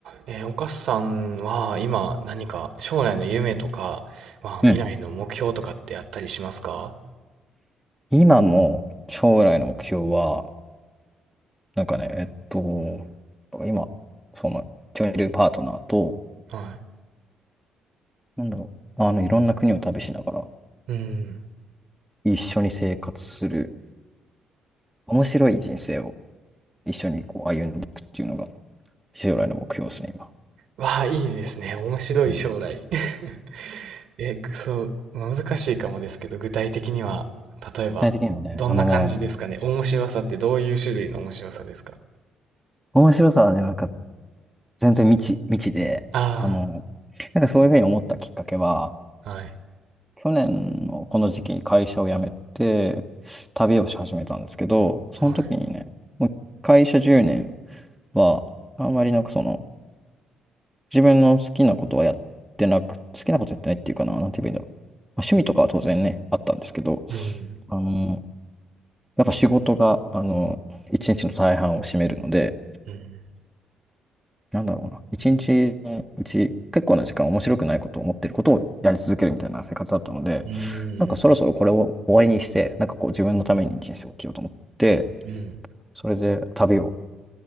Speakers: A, on the right; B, in the centre.
A: えー、お母さんは今何か将来の夢とか、まあ未来の目標とかってあったりしますか
B: うん。今も将来の目標は、なんかね、えっと、今、その、一緒にいるパートナーと、
A: は
B: なんだろう、あの、いろんな国を旅しながら、
A: い。うん。
B: 一緒に生活する、面白い人生を一緒にこう歩んでいくっていうのが、将来の目標ですね、今。
A: わあ、いいですね。面白い将来。
B: うん、具
A: <laughs> え、くそう、難しいかもですけど、具体的には、例えば、
B: 体的にはね、
A: どんな感じですかね。
B: あのね、
A: 面白さってどういう種類の面白さですか
B: 面白さはね、なんか全然未知、未知で、
A: あ
B: あの、なんかそういうふうに思ったきっかけは、
A: あー、はい、
B: 去年のこの時期に会社を辞めて旅をし始めたんですけど、その時にね、
A: はい。
B: もう会社10年はあんまりなんかその自分の好きなことはやってなく、好きなことやってないっていうかな、なんて言えばいいんだろう。まあ、趣味とかは当然ね、あったんですけど、
A: うん、
B: あの、やっぱ仕事が、あの、一日の大半を占めるので、
A: うん、
B: なんだろうな、一日のうち結構な時間面白くないことを思ってることをやり続けるみたいな生活だったので、
A: うん、
B: なんかそろそろこれを終わりにして、なんかこう自分のために人生を生きようと思って、
A: うん、
B: それで旅を